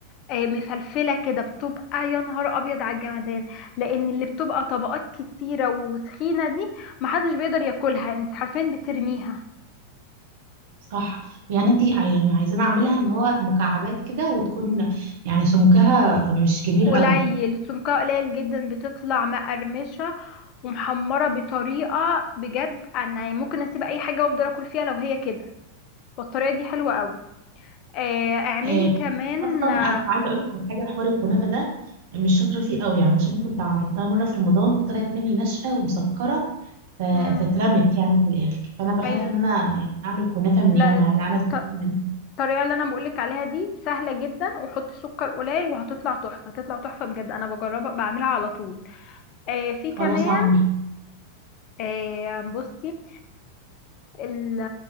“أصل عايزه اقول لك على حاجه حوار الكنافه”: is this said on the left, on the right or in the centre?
Right